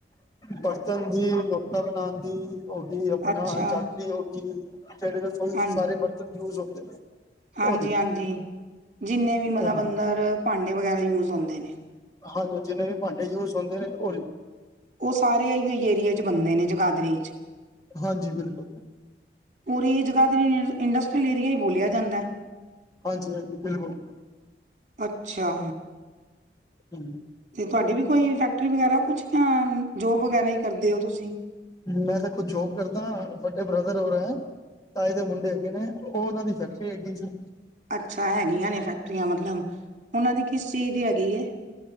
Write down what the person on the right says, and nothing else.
ਅੱਛਾ
ਹਾਂਜੀ
ਹਾਂਜੀ
ਹਾਂਜੀ ਜਿੰਨੇ ਵੀ ਮਤਲਬ
ਅੰਦਰ ਭਾਂਡੇ ਵਗੈਰਾ ਯੂਜ ਹੁੰਦੇ ਨੇ
ਉਹ ਸਾਰੇ ਅਈਓਈ ਏਰੀਏ ਚ ਬੰਦੇ ਨੇ ਜਗਾਦਰੀ ਚ
ਪੂਰੇ ਜਗ੍ਹਾ ਤੇ ਇੰਡਸਟਰੀਅਲ ਏਰੀਆ ਹੀ ਬੋਲਿਆ ਜਾਂਦਾ ਹੈ
ਅੱਛਾ
ਤੇ ਤੁਹਾਡੀ ਵੀ ਕੋਈ ਫੈਕਟਰੀ ਵਗੈਰਾ ਕੁਛ ਜਾਂ ਜੋਬ ਵਗੈਰਾ ਹੀ ਕਰਦੇ ਹੋ ਤੁਸੀਂ
ਅੱਛਾ ਹੈਗੀਆਂ ਨੇ ਫੈਕਟਰੀਆਂ ਮਤਲਬ ਉਹਨਾਂ ਦੀ ਕਿਸ ਚੀਜ਼ ਦੀ ਹੈਗੀ ਹੈ